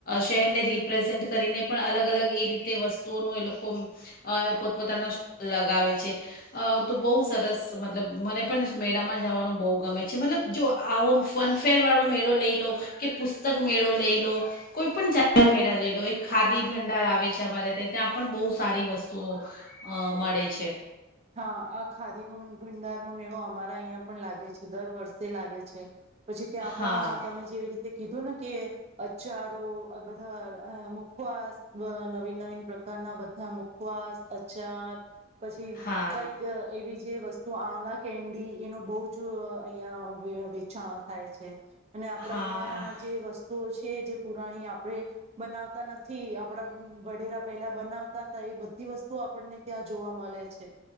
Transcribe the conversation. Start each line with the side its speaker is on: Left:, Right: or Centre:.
Left: શહેરને રિપ્રેઝન્ટ કરીને પણ અલગ અલગ એ રીતે વસ્તુઓનું એ લોકો પોતપોતાના સ લગાવે છે તો બહુ સરસ મતલબ મને પણ મેળામાં જવાનું બહુ ગમે છે, મતલબ જો આવો ફનફેર વાળો મેળો લઈને. કે પુસ્તક મેળો લઈ લો, કોઈ પણ ચ મેળા લઈ લો એક ખાદી ભંડાર આવે છે અમારે્યા ત્યાં પણ બહુ સારી વસ્તુઓ અ મળે છે.
Right: હા આ ખાદી ભંડાર નો મેળો અમારા અહિયાં પણ લાગે છે દર વર્ષે લાગે છે. પછી ત્યાં
Left: હા
Right: પણ તમે જેવી રીતે કીધું ને કે અચારો બધા અ <unintelligible> નવીન નવીન પ્રકારના <unintelligible> <unintelligible> મુકવાસ <unintelligible> ચાર પછી
Left: હા
Right: <unintelligible> એવી જે વસ્તુ આવના કેન્ડી એનો બહુ જ <unintelligible> અહિયાં <unintelligible> વેચાણ થાય છે. અને આપડા
Left: હા
Right: અહિયાયાં
Left: હા
Right: ના જે વસ્તુ વતુઓ છે, જે પુરાણી આપણે બનાવતા નથી આપણા <unintelligible> પેલા બનાવતા હતા એ બધી વસ્તુઓ આપણને ત્યાં જોવા મળે છે.